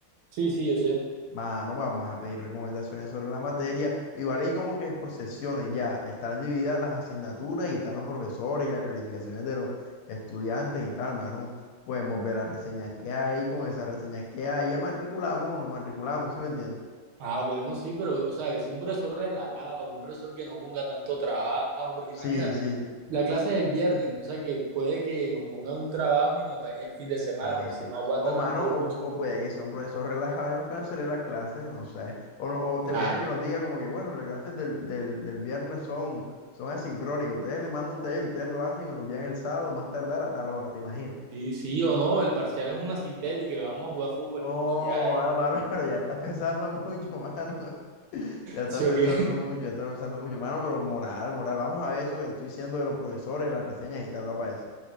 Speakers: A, on the right (about 75°); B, on the left (about 80°).
A: Sí, sí, yo sé.
B: Mano, vamos a pedir recomendaciones sobre la materia. Igual hay como que por sesiones ya están divididas las asignaturas y están los profesores y las calificaciones de los estudiantes y tal, mano. Podemos ver las reseñas que hay, con esas reseñas que hay, ya matriculamos o no matriculamos, ¿sí me entiendes?
A: Ah, bueno, sí, pero, o sea, es un profesor relajado, un profesor que no ponga tanto trabajo, porque
B: Sí,
A: imagínate,
B: sí.
A: la clase es el viernes, o sea que puede que nos pongan un trabajo y nos dañe el fin de semana
B: O así.
A: y así no aguanta
B: O mano,
A: tampoco.
B: o, o puede que sea un profesor relajado y nos cancele las clases, no sé. O, no- o te
A: Claro.
B: imaginas que nos diga como que, bueno, las clases del, del, del viernes son, son asincrónicas. Ustedes le mandan un taller, ustedes lo hacen y me lo envían el sábado, más tardar a tal hora, ¿te imaginas?
A: Sí, sí o no, el parcial es una sintética y vamos a jugar fútbol
B: Oh,
A: y, y ya. y-
B: ah, mano, <laughs> pero ya estás pensando mucho, mano. <laughs> Ya estás
A: Sí,
B: pensando
A: o qué.
B: mucho, ya estás pensando mucho. Mano, pero moral, moral. Vamos a ver eso que te estoy diciendo de los profesores, de las reseñas y tal, va para eso.